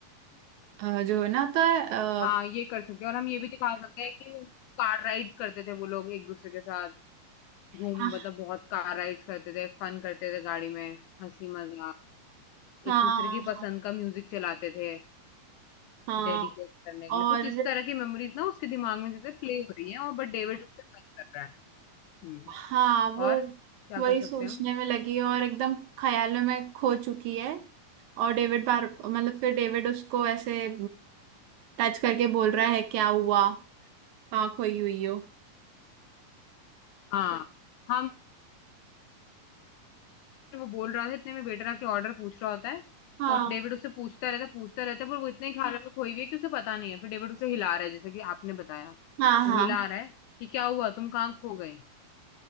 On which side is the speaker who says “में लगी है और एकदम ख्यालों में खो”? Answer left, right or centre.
Right